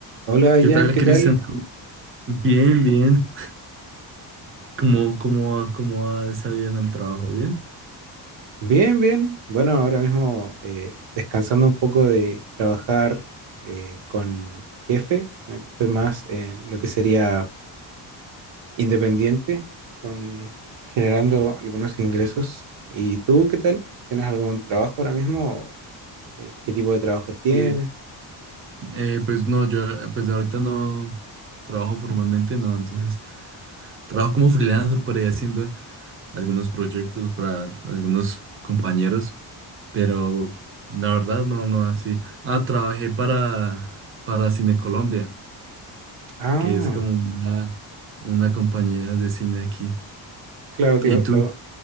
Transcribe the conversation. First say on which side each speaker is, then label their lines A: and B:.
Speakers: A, on the right (about 80°); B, on the right (about 30°).
A: Hola
B: ¿Qué
A: Jan,
B: tal,
A: ¿qué
B: Cristian?
A: tal?
B: ¿Cómo- Bien, bien. ¿Cómo, cómo, ha- cómo ha salido en el trabajo? ¿Bien?
A: Bien, bien. Bueno, ahora mismo eh, descansando un poco de trabajar eh, con jefe, sino que estoy más en lo que sería independiente, con generando algunos ingresos. ¿Y tú qué tal? ¿Tienes algún trabajo ahora mismo? Eh, ¿qué tipo de trabajo tienes?
B: Sí, eh, pues no, yo eh, pues ahorita no trabajo formalmente, no, entonces trabajo como freelancer por ahí haciendo algunos proyectos para algunos compañeros, pero la verdad no, no así. Ah, trabajé para, para Cine Colombia,
A: Ah,
B: que es como una, una compañía de cine aquí.
A: claro,
B: ¿Y
A: claro,
B: tú?
A: claro.